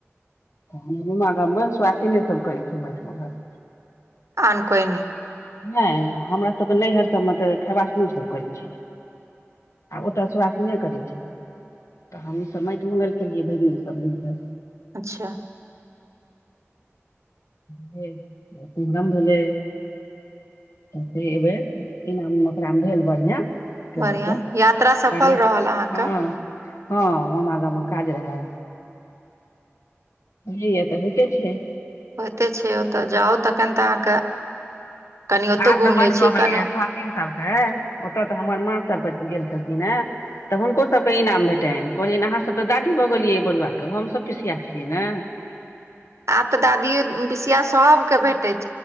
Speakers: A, on the left; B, on the right.
A: हमर ममागाममे सुआासिने सभ करै छै माइट मंगल
B: आन कोइ नहि
A: नहि हमरा सभके नैहर सभमे तऽ खेबासनी सब करै छै ओतऽ सुआसिने करैत छै तऽ हमही सभ माटि मंगल केलियै भैगनी सभ मिलिके
B: अच्छा
A: फेर कुमहरम भेलै। से एहि बेर इनाम मोकराम भेल बढ़िया गेलौं
B: बढ़िया
A: तऽ
B: यात्रा सफल
A: बढ़िया
B: रहल अहाँके
A: हँ हँ मामा गाममे काज रहए जीयतऽ होइते छै।
B: होइते छै ओतय जाउ तखन तऽ अहाँके कनि ओतौ
A: आब
B: घुमि
A: तऽ बड
B: लै छी
A: भऽ गेलै
B: कनि
A: ऐ सुआसिन सबके ओतय तऽ हमर माँ सभके जे गेल छलखिन हे तऽ हुनको सभके इनाम भेटैन कहलियनि अहाँसभ तऽ दादी भऽ गेलियै बरुआके हमसभ पिसिया छियै ने
B: आब तऽ दादीये पिसिया सबके भेटेत